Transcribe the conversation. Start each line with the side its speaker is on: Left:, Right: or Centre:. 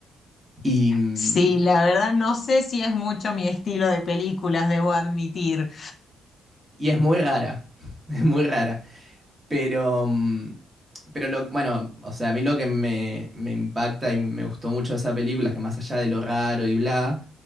Right: Y, mm,
Left: Sí, la verdad no sé si es mucho mi estilo de películas, debo admitir.
Right: y es muy rara, <laughs> es muy rara. Pero, mm, pero lo, bueno, o sea, a mí lo que me, me impacta y me gustó mucho de esa película es que más allá de lo raro y bla,